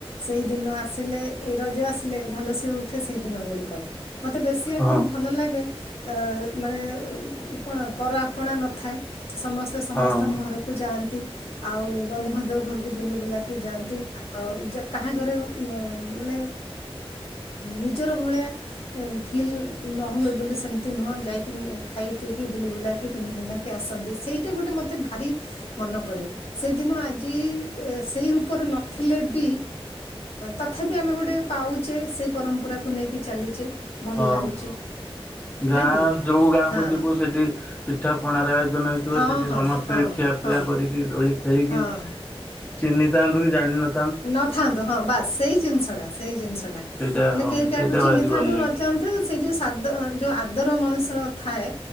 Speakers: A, on the left; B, on the left.
A: ସେଇ ଦିନ ଆସିଲେ ଏଇ ରଜ ଆସିଲେ ଝଲସି ଉଠେ ସେଇ ଦିନ ଗୁଡିକ ମତେ ବେଶୀ ଆଗରୁ
B: ହଁ
A: ଭଲ ଲାଗେ। ମାନେ କଣ ପର ଆପଣା ନଥାଏ। ସମସ୍ତେ ସମସ୍ତଙ୍କ
B: ହଁ।
A: ଘରକୁ ଯାଆନ୍ତି। ଆଉ ବନ୍ଧୁବାନ୍ଧବ ଘରକୁ ବୁଲି ବୁଲାକି ଯାଆନ୍ତି ଆଉ କାହା ଘରେ ମାନେ ନିଜର ଭଳିଆ ଫିଲ୍ ନ ହଏ ବୋଲି ସେନ୍ ତି ନୁହଁ ଯାଇକି ଖାଇ ପିଇକି ବୁଲି ବୁଲାକି ପିନ୍ଧି ପିନ୍ଧାକି ଆସନ୍ତି। ସେଇଟା ଗୋଟେ ମୋତେ ଭାରି ମନ ପଡ଼େ ସେଦିନ ଆଜି ସେଇ ରୂପରେ ନଥିଲେ ବି ତଥାପି ଆମେ ଗୋଟେ ପାଉଛେ ସେଇ ପରମ୍ପରାକୁ ନେଇକି ଚାଲିଛେ। ଭଲ
B: ହଁ
A: ଲାଗୁଛି।
B: ଗାଁ
A: ନାଇଁ କି
B: ଯୋଉ ଗାଁ
A: ହଁ
B: କ ଯିବୁ ସେଠି ପିଠା ପଣାାର ଆୟୋଜନ ହେଇଥିବ
A: ହଁ
B: ସେଠି
A: ହଁ
B: ସମସ୍ତେ
A: ହଁ
B: ଖିଆ ପିଆ
A: ହଁ
B: କରିକି ଡୋଳି ଖେଳିକି
A: ହଁ
B: ଚିହ୍ନି ଥାନ୍ତୁ କି ଜାଣିନ
A: ନଥାନ୍ତୁ ହଁ ବାସ ସେଇ ଜିନିଷ ଟା ସେଇ ଜିନିଷ ଟା
B: ସେଇଟା
A: ମାନେ
B: ହଁ
A: କେହି କାହାକୁ
B: ସେଇଟା
A: ଚିହ୍ନିଥାନ୍ତୁ
B: ଭାରି ଭଲ ଲାଗେ
A: ନଚନ୍ତୁ ତ ସେ ଯୋଉ ସାଦ ଯ ଆ ଆଦର ମଣିଷର ଥାଏ